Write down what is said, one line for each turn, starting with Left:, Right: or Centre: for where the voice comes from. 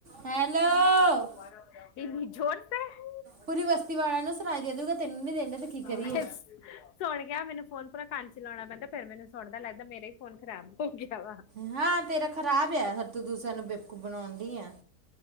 Right: Hello ਓ ਓ
Left: ਹੋਰ ਇਹ ਵੀਜੋੋਰ ਤੇ ਐ
Right: ਪੂਰੀ ਈ ਵਸਤੀ ਵਾਲਿਆਂ ਨੂੰ ਸੁਣਾਈ ਦੇ ਦੂਗਾ ਤੈਨੂੰ ਨੀ ਦੇਣ ਦਿਆ ਤੇ ਕੀ
Left: ਮੈਂ
Right: ਕਰੀਏ
Left: ਸੁਣ ਗਿਆ ਮੈਨੂੰ ਫੋਨ ਪੂਰਾ ਕੰਨ ਚ ਲਾਉਣਾ ਪੈਂਦਾ ਐ ਫੇਰ ਮੈਨੂੰ ਸੁਣਦਾ ਐ ਲੱਗਦਾ ਮੇਰਾ ਈ ਫੋਨ ਖਰਾਬ ਹੋ ਗਿਆ ਵਾ
Right: ਹਾਂ ਆ ਤੇਰਾ ਖਰਾਬ ਆ ਹਰ ਤੂੰ ਦੂਸਿਆਂ ਨੂੰ ਬੇਕੂਫ ਬਣਾਣ ਡੀ ਆ